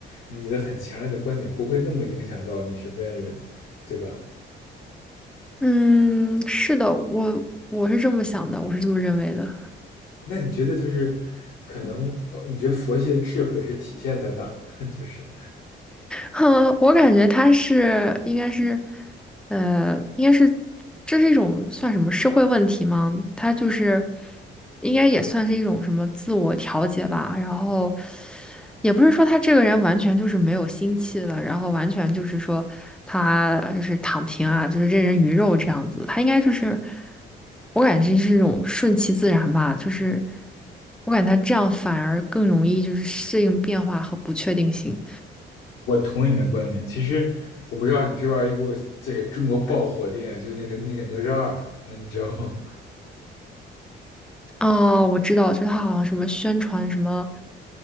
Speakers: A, on the left (about 75°); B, in the centre.
A: 你的很强烈的观点不会那么影响到你身边的人，对吧？
B: 嗯，是的，我我是这么想的，我是这么认为的。
A: 那你觉得就是可能呃你觉得佛系的智慧是体现在哪儿呢？<laughs> 就是
B: 哼，我感觉他是应该是，呃，应该是这是一种算什么社会问题吗？他就是应该也算是一种什么自我调节吧。然后也不是说他这个人完全就是没有心气了，然后完全就是说他就是躺平啊，就是任人鱼肉这样子。他应该就是我感觉是一种顺其自然吧，就是我感觉他这样反而更容易就是适应变化和不确定性。
A: 我同意你的观点，其实我不知道你知不知道一部这个中国爆火电影，就是那个那个哪吒二，嗯，你知道吗？
B: 哦，我知道，就他好像什么宣传什么，